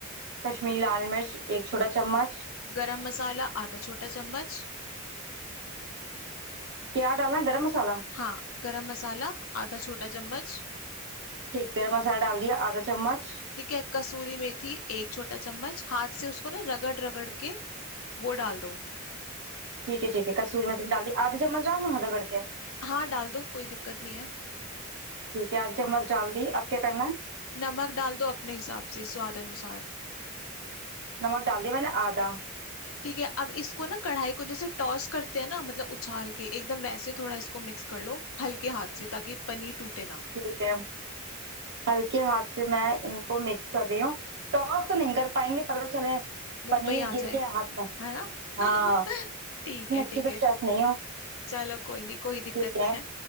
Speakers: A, on the right (about 55°); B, on the left (about 70°).
A: कश्मीरी लाल मिर्च एक छोटा चम्मच
B: गरम मसाला आधा छोटा चम्मच
A: क्या डालना है गरम मसाला
B: हाँ गरम मसाला आधा छोटा चम्मच
A: ठीक गरम मसाला डाल दिया आधा चम्मच
B: ठीक है कसूरी मेथी एक छोटा चम्मच हाथ से उसको ना रगड़ रगड़ के वो डाल दो
A: ठीक है ठीक है कसूरी मेथी डाल दी आधी चम्मच डाल दूं हाँ, रगड़ के
B: हाँ डाल दो कोई दिक्कत नहीं है
A: ठीक है आधी चम्मच डाल दी अब क्या करना है
B: नमक डाल दो अपने हिसाब से स्वाद अनुसार
A: नमक डाल दिया मैंने आधा
B: ठीक है अब इसको ना कढ़ाई को जैसे टॉस करते हैं ना मतलब उछाल के एकदम वैसे थोड़ा इसको मिक्स कर लो हल्के हाथ से ताकि पनीर टूटे ना
A: ठीक है हल्के हाथ से मैं इनको मिक्स कर रही हूँ टॉस तो नहीं कर पाएंगे पता चले
B: मुंह
A: पनीर
B: पे ही आ
A: गिर
B: जाए
A: के हाथ में
B: है ना <laughs>
A: हाँ
B: ठीक
A: इतनी
B: है
A: अच्छी
B: ठीक
A: तो
B: है
A: शेफ नहीं हो
B: चलो कोई नहीं कोई दिक्कत
A: ठीक
B: नहीं
A: है
B: है